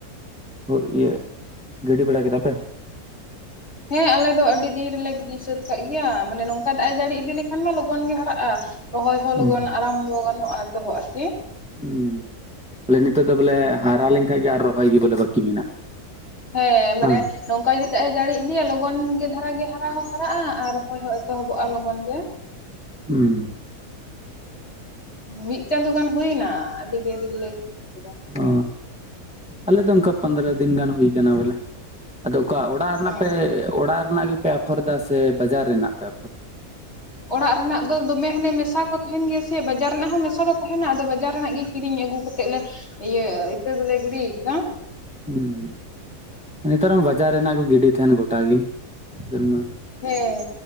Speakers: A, in the centre; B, on the left (about 45°).
A: ᱦᱩᱜ ᱤᱭᱟᱹ ᱜᱤᱰᱤ ᱵᱟᱲᱟ ᱠᱮᱫᱟ ᱯᱮ?
B: ᱦᱮᱸ ᱟᱞᱮ ᱫᱚ ᱟᱹᱰᱤ ᱫᱤᱱ ᱨᱮᱞᱮ ᱜᱤᱰᱤ ᱥᱟᱹᱛ ᱠᱟᱜ ᱜᱮᱭᱟ, ᱢᱟᱱᱮ ᱱᱚᱝᱠᱟ ᱫᱟᱜ-ᱮ ᱡᱟᱹᱲᱤ ᱤᱫᱤ ᱞᱮᱠᱷᱟᱱ ᱢᱟ ᱞᱚᱜᱚᱱ ᱜᱮ ᱦᱟᱨᱟᱜᱼᱟ᱾ ᱨᱚᱦᱚᱭ ᱦᱚᱸ
A: ᱦᱩᱸ
B: ᱞᱚᱜᱚᱱ ᱟᱨᱟᱢᱵᱚ ᱜᱟᱱᱚᱜᱼᱟ ᱮᱛᱚᱦᱚᱵ ᱟᱨᱠᱤ᱾
A: ᱦᱩᱸ ᱵᱚᱞᱮ ᱱᱤᱛᱚᱜ ᱫᱚ ᱵᱚᱞᱮ ᱦᱟᱨᱟ ᱞᱮᱱᱠᱷᱟᱡ ᱜᱮ ᱟᱨ ᱨᱚᱦᱚᱭ ᱜᱮ ᱵᱚᱞᱮ ᱵᱟᱠᱤ ᱢᱮᱱᱟᱜᱼᱟ᱾
B: ᱦᱮᱸ ᱢᱟᱱᱮ
A: ᱵᱟᱝ
B: ᱱᱚᱝ ᱠᱟ ᱡᱩᱫᱤ ᱫᱟᱜ ᱮ ᱡᱟᱹᱲᱤ ᱤᱫᱤᱭᱟ ᱞᱚᱜᱚᱱ ᱜᱮ ᱫᱷᱟᱨᱟᱜ ᱜᱮ ᱦᱟᱨᱟ ᱦᱚᱸ ᱦᱟᱨᱟᱜᱼᱟ ᱟᱨ ᱨᱚᱦᱚᱭ ᱦᱚᱸ ᱮᱛᱚᱦᱚᱵᱚᱜᱼᱟ ᱞᱚᱜᱚᱱ ᱜᱮ
A: ᱦᱩᱸ
B: ᱢᱤᱫ ᱪᱟᱸᱫᱚ ᱜᱟᱱ ᱦᱩᱭᱱᱟ ᱟᱹᱰᱤ ᱫᱤᱱ ᱨᱮᱜᱮᱞᱮ ᱠᱮᱫᱟ᱾
A: ᱚ ᱟᱞᱮ ᱫᱚ ᱚᱱᱠᱟ ᱯᱚᱱᱨᱚ ᱫᱤᱱ ᱜᱟᱱ ᱦᱩᱭ ᱠᱟᱱᱟ ᱵᱚᱞᱮ᱾ ᱟᱫᱚ ᱚᱠᱟ ᱚᱲᱟᱜ ᱨᱮᱱᱟᱜ
B: ᱚ
A: ᱯᱮ ᱚᱲᱟᱜ ᱨᱮᱱᱟᱜ ᱜᱮᱯᱮ ᱟᱯᱷᱚᱨ ᱮᱫᱟ ᱥᱮ ᱵᱟᱡᱟᱨ ᱨᱮᱱᱟᱜ ᱯᱮ ᱟᱯᱷᱚᱨ ᱫᱟ?
B: ᱚᱲᱟᱜ ᱨᱮᱱᱟᱜ ᱫᱚ ᱫᱚᱢᱮ ᱦᱟᱱᱮ ᱢᱮᱥᱟ ᱠᱚ ᱛᱟᱦᱮᱱ ᱜᱮᱭᱟ ᱥᱮ ᱵᱟᱡᱟᱨ ᱨᱮᱱᱟᱜ ᱦᱚᱸ ᱢᱮᱥᱟ ᱫᱚ ᱛᱟᱦᱮᱱᱟ ᱟᱫᱚ ᱵᱟᱡᱟᱨ ᱨᱮᱱᱟᱜ ᱜᱮ ᱠᱤᱨᱤᱧ ᱟᱹᱜᱩ ᱠᱟᱛᱮᱫ ᱞᱮ ᱤᱭᱟᱹ ᱤᱛᱟᱹ ᱫᱚᱞᱮ ᱜᱤᱲᱤ ᱟᱠᱟᱫᱟ᱾
A: ᱦᱩᱸ ᱱᱮᱛᱟᱨ ᱢᱟ ᱵᱟᱡᱟᱨ ᱨᱮᱱᱟᱜ ᱠᱚ ᱜᱤᱰᱤ ᱛᱟᱦᱮᱱ ᱜᱚᱴᱟ ᱜᱮ ᱱᱮᱛᱟᱨᱢᱟ᱾
B: ᱦᱮᱸ